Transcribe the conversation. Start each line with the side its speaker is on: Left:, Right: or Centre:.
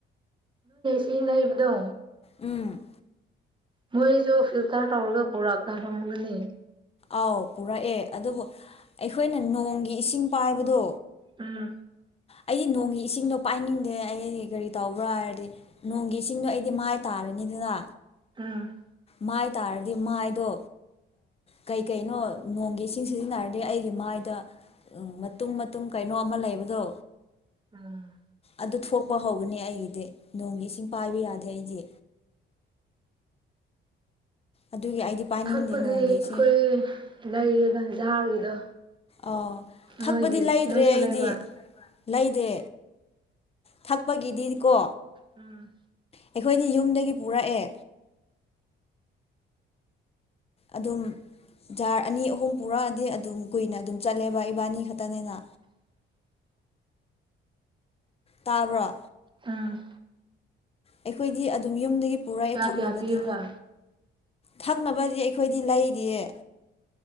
Right: ꯆꯦꯡꯅꯕꯗꯣ
Left: ꯎꯝ
Right: ꯃꯣꯏꯁꯨ ꯐꯤꯜꯇꯔ ꯇꯧꯔꯒ ꯄꯨꯔꯛꯀꯥꯟꯗꯒꯅꯤ
Left: ꯑꯥꯎ ꯄꯨꯔꯛꯑꯦ ꯑꯗꯨꯕꯨ ꯑꯩꯈꯣꯏꯅ ꯅꯣꯡꯒꯤ ꯏꯁꯤꯡ ꯄꯥꯏꯕꯗꯣ
Right: ꯎꯝ
Left: ꯑꯩꯗꯤ ꯅꯣꯡꯒꯤ ꯏꯁꯤꯡꯗꯣ ꯄꯥꯏꯅꯤꯡꯗꯦ ꯑꯩ ꯀꯔꯤ ꯇꯧꯕ꯭ꯔꯥ ꯍꯥꯏꯔꯗꯤ ꯅꯣꯡꯒꯤ ꯏꯁꯤꯡꯗꯣ ꯑꯩꯗꯤ ꯃꯥꯏ ꯇꯥꯔꯅꯤ ꯏꯗꯨꯅ
Right: ꯎꯝ
Left: ꯃꯥꯏ ꯇꯥꯔꯗꯤ ꯃꯥꯏꯗꯣ ꯀꯩꯀꯩꯅꯣ ꯅꯣꯡꯒꯤ ꯏꯁꯤꯡ ꯁꯤꯖꯤꯟꯅꯔꯗꯤ ꯑꯩꯒꯤ ꯃꯥꯏꯗ ꯎꯝ ꯃꯇꯨꯝ ꯃꯇꯨꯝ ꯀꯩꯅꯣ ꯑꯃ ꯂꯩꯕꯗꯣ
Right: ꯎꯝ
Left: ꯑꯗꯨ ꯊꯣꯛꯄ ꯍꯧꯒꯅꯤ ꯑꯩꯒꯤꯗꯤ ꯅꯣꯡꯒꯤ ꯏꯁꯤꯡ ꯄꯥꯏꯕ ꯌꯥꯗꯦ ꯑꯩꯗꯤ ꯑꯗꯨꯒꯤ ꯑꯩꯗꯤ ꯄꯥꯏꯅꯤꯡꯗꯦ
Right: ꯊꯛꯄꯗꯤ
Left: ꯅꯣꯡꯒꯤ
Right: ꯑꯩꯈꯣꯏ
Left: ꯏꯁꯤꯡ
Right: ꯂꯩꯔꯤꯅ ꯖꯥꯔꯒꯤꯗꯣ
Left: ꯑꯥ ꯊꯛꯄꯗꯤ
Right: ꯅꯣꯏꯗꯌꯦ
Left: ꯂꯩꯗ꯭ꯔꯦ
Right: ꯅꯣꯏ ꯆꯂꯥꯏꯕ
Left: ꯑꯩꯗꯤ ꯂꯩꯗꯦ ꯊꯛꯄꯒꯤꯗꯤ ꯀꯣ
Right: ꯎꯝ
Left: ꯑꯩꯈꯣꯏꯗꯤ ꯌꯨꯝꯗꯒꯤ ꯄꯨꯔꯛꯑꯦ ꯑꯗꯨꯝ ꯖꯥꯔ ꯑꯅꯤ ꯑꯍꯨꯝ ꯄꯨꯔꯛꯑꯗꯤ ꯑꯗꯨꯝ ꯀꯨꯏꯅ ꯑꯗꯨꯝ ꯆꯠꯂꯦꯕ ꯏꯕꯥꯅꯤ ꯈꯛꯇꯅꯤꯅ
Right: <unintelligible>
Left: ꯇꯥꯕ꯭ꯔꯣ
Right: ꯎꯝ
Left: ꯑꯩꯈꯣꯏꯗꯤ ꯑꯗꯨꯝ ꯌꯨꯝꯗꯒꯤ ꯄꯨꯔꯛꯑꯦ
Right: ꯀꯌꯥ
Left: ꯊꯛꯅꯕꯗꯤ
Right: ꯀꯌꯥ ꯄꯤꯕ꯭ꯔꯥ
Left: ꯊꯛꯅꯕꯗꯤ ꯑꯩꯈꯣꯏꯗꯤ ꯂꯩꯔꯤꯌꯦ